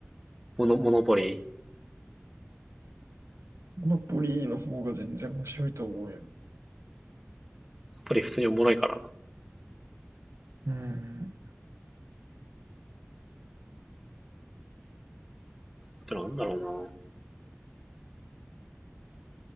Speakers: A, in the centre; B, on the right.
A: モノ、モノポリー。
B: ノポリーの方が全然面白いと思うよ。
A: ポリー普通におもろいからな。
B: うん。
A: ってなんだろうな。